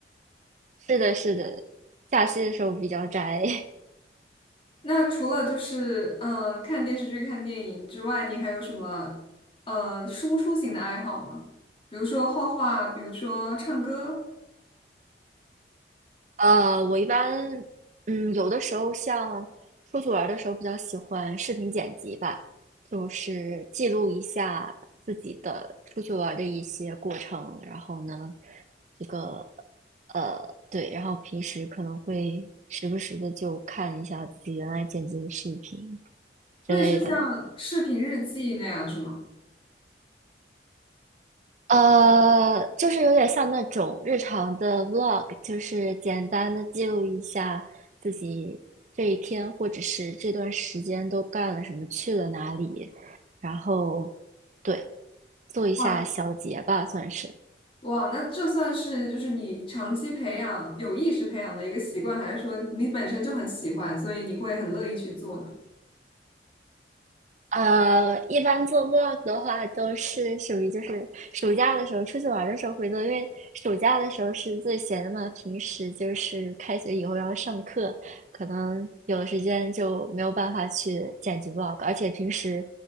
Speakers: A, on the right; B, on the left.
A: 是的，是的，假期的时候比较宅。
B: 那除了就是嗯、呃看电视剧、看电影之外，你还有什么呃输出型的爱好吗？比如说画画，比如说唱歌，
A: 呃，我一般，嗯，有的时候像出去玩儿的时候，比较喜欢视频剪辑吧，就是记录一下自己的出去玩儿的一些过程。然后呢，这个，呃，对，然后平时可能会时不时的就看一下自己原来剪辑的视频之类的，
B: 那也是像视频日记那样是吗？
A: 呃，就是有点像那种日常的 vlog，就是简单的记录一下自己这一天或者是这段时间都干了什么，去了哪里，然后对，做一下小结吧，
B: 哇
A: 算是。
B: 哇，那这算是就是你长期培养、有意识培养的一个习惯，还是说你本身就很喜欢，所以你会很乐意去做呢？
A: 呃，一般做 vlog 的话，都是属于就是暑假的时候出去玩儿的时候会做，因为暑假的时候是最闲的嘛，平时就是开学以后要上课，可能有的时间就没有办法去剪辑 vlog，而且平时